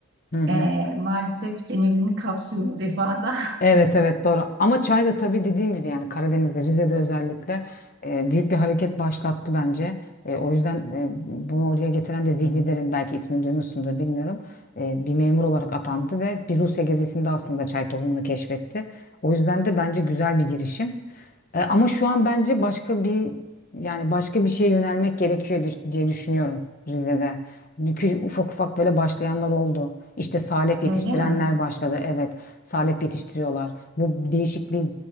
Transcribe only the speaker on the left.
Hı hı.
Evet evet doğru ama çay da tabii dediğim gibi yani Karadeniz'de Rize'de özellikle e, büyük bir hareket başlattı bence. E, o yüzden e, bunu oraya getiren de Zihni Derin belki ismini duymuşsundur bilmiyorum. E, bir memur olarak atandı ve bir Rusya gezisinde aslında çay tohumunu keşfetti. O yüzden de bence güzel bir girişim. E, ama şu an bence başka bir yani başka bir şeye yönelmek gerekiyor düş- diye düşünüyorum Rize'de. Çünkü ufak ufak böyle başlayanlar oldu. İşte salep yetiştirenler
başladı. Evet, salep yetiştiriyorlar. Bu değişik bir